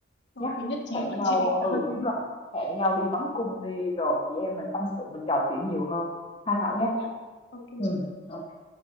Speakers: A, on the left; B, on the left.
A: ok
B: nhá.
A: nhất trí
B: Hẹn
A: luôn
B: nhau,
A: chị
B: ừ
A: <laughs>
B: đúng rồi, hẹn nhau đi bắn cung đi rồi chị em mình tâm sự mình trò chuyện nhiều hơn. Ha Thảo nhé.
A: dạ ok
B: Ừ. ok.